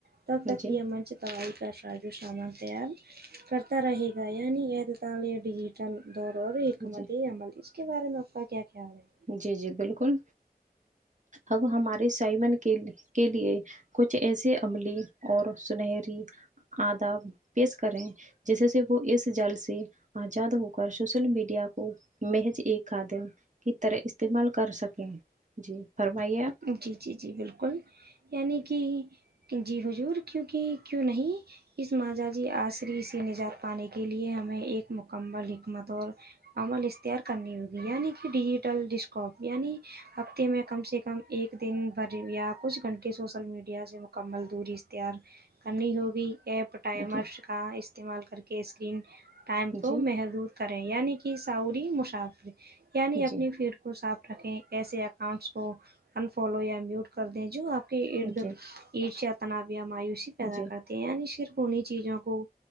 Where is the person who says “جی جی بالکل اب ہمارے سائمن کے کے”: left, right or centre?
Right